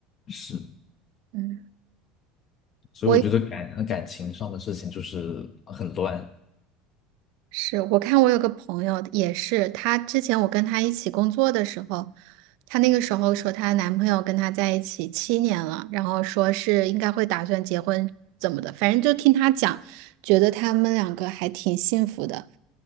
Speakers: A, on the left (about 35°); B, on the right (about 70°).
A: 是，
B: 嗯，
A: 所以我觉得感感情上的事情就是很乱，
B: 我是我看我有个朋友也是，她之前我跟她一起工作的时候，她那个时候说她男朋友跟她在一起七年了，然后说是应该会打算结婚怎么的，反正就听她讲，觉得他们两个还挺幸福的。